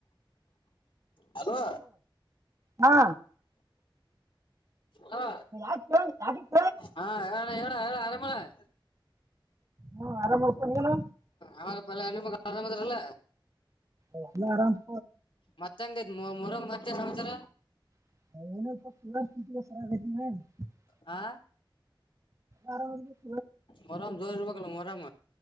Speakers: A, on the left; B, on the right.
A: ಹಲೋ
B: ಹಾ
A: ಹಾ
B: <unintelligible>
A: ಹಾ ಹೇಳ ಹೇಳ ಹೇಳ ಅರಮ ಅಣ್ಣ
B: ಹಾ ಆರಾಮಪ್ಪ ನೀನು
A: ಅವಾಗ ಪಲ್ ಹೆಣಮಗ್ ಆರಾಮದರಲ.
B: ಏಲ್ಲ ಆರಾಮ್.
A: ಮತ್ತೆ ಎನ್ಗೈತ್ಪ ಮತ್ತೆ ಸಂಸರ.
B: <unintelligible>
A: ಹಾ
B: ಆರ ಹ <unintelligible>
A: ಮರಾಮ್ ಜೋರ್ ಇರ್ಬೇಕಲ್ಲ ಮರಾಮ